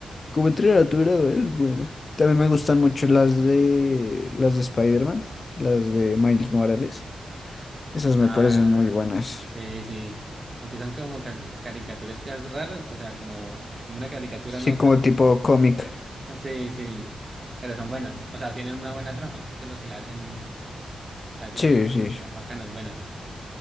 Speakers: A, on the left (about 35°); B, on the right (about 25°).
A: Como entrenar a es buena. También me gustan mucho las de las de Spider-Man, las de Miles Morales. Esas me
B: Ah,
A: parecen muy buenas.
B: eh, sí. Aunque son como ca- caricaturescas raras, o sea, como, como una caricatura
A: Sí,
B: no
A: como
B: tan.
A: tipo cómic.
B: Sí, sí. Pero son buenas. O sea, tienen una buena trama. Eso es lo que la hacen, la hacen
A: Sí, sí.
B: bacanas, buenas.